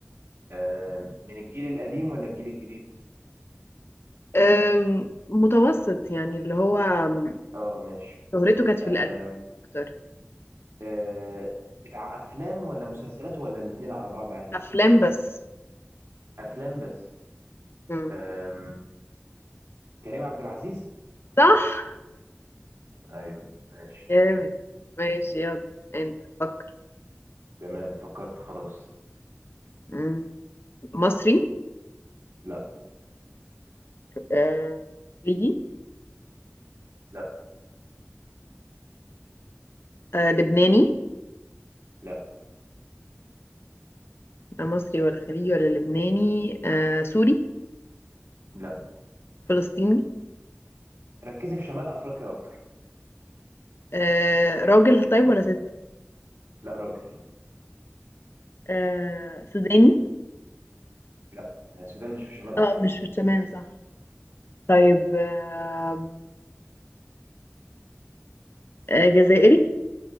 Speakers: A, on the right; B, on the left.
A: آم، من الجيل القديم ولا الجيل الجديد؟
B: أم... متوسط يعني اللي هو أم،
A: اه ماشي
B: شهرته كانت في
A: آم،
B: الألفينات اكتر
A: آه، بتاع افلام ولا مسلسلات ولا الاتنين على بعض عادي
B: افلام بس
A: افلام بس
B: مم.
A: آم، كريم عبد العزيز
B: صح
A: ايوه ماشي
B: جامد ماشي يلا انت فكر
A: تمام فكرت خلاص
B: مم. مصري
A: لا
B: آه، خليجي
A: لا
B: آه، لبناني
A: لا
B: آه، مصري ولا خليجي ولا لبناني آه، سوري
A: لا
B: فلسطيني
A: ركزي في شمال افريقيا اكتر
B: آه، راجل طيب ولا ست
A: لا راجل
B: آه، سوداني
A: لا آه، السودان مش في شمال افريقيا
B: اه مش في الشمال صح طيب آه، آه، جزائري